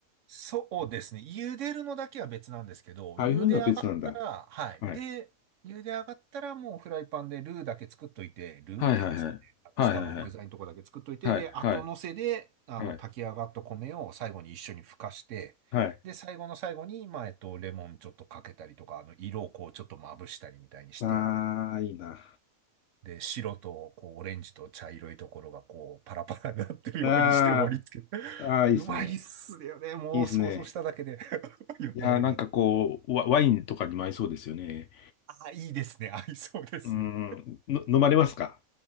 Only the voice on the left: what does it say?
ああいうのは別なんだ。
はい。
はいはいはい。
はいはいはい。はいは
いはい。
はい。
ああ、いいな。
あ
ああ、いいですね。
いいですね。
いやー、なんかこう、ワ、ワインとかにも合いそうですよね。
うーん、の、飲まれますか